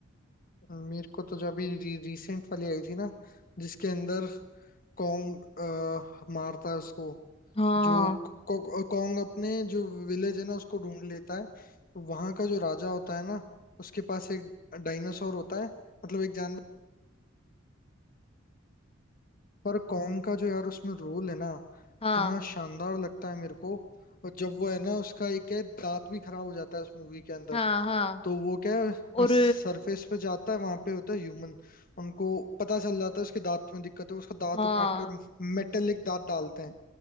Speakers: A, on the left; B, on the left.
A: मेरे को तो जब अभी री, रिसेंट वाली आई थी ना जिसके अंदर कॉन्ग अ, मारता है उसको
B: हाँ
A: जो क- क- कॉन्ग अपने जो विलेज है ना उसको ढूंढ लेता है वहां का जो राजा होता है ना उसके पास एक डायनासोर होता है मतलब एक जानवर पर कॉन्ग का जो यार उसमें रोल है ना
B: हाँ
A: इतना शानदार लगता है मेरे को और जब वो है ना उसका एक है दांत भी खराब हो जाता है उस मूवी के अंदर
B: हाँ हाँ
A: तो वो क्या है
B: और
A: सरफेस पे जाता है वहां पे होता है ह्यूमन उनको पता चल जाता है उसके दांत में दिक्कत है उसका दांत
B: हाँ
A: उखाड़ के और मेटेलिक दांत डालते हैं